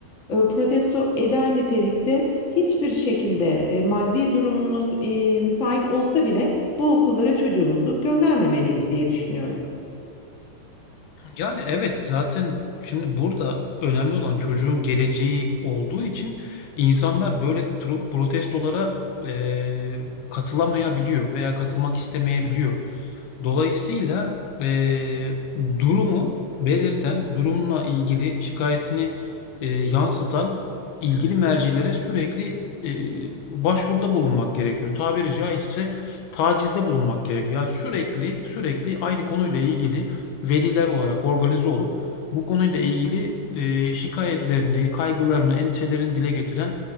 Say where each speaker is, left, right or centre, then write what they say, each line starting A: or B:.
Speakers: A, on the left (about 45°); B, on the left (about 80°).
A: e, protesto eder nitelikte hiçbir şekilde e, maddi durumumuz e, müsait olsa bile bu okullara çocuğumuzu göndermemeliyiz diye düşünüyorum.
B: Yani evet zaten şimdi burada önemli olan çocuğun geleceği olduğu için insanlar böyle tro- protestolara eee, katılamayabiliyor veya katılmak istemeyebiliyor. Dolayısıyla eee, durumu belirten, durumla ilgili şikayetini eee, yansıtan ilgili mercilere sürekli eee, başvuruda bulunmak gerekiyor. Tabiri caizse tacizde bulunmak gerekiyor. Yani sürekli sürekli aynı konuyla ilgili veliler olarak organize olup bu konuyla ilgili e, şikayetlerini, kaygılarını, endişelerini dile getiren